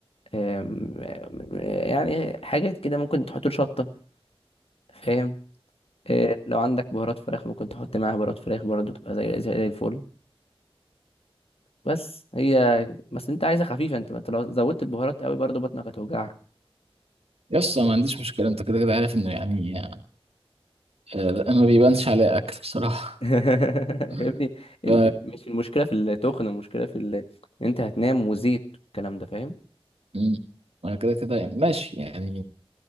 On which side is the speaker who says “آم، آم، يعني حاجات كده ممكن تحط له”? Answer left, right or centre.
Left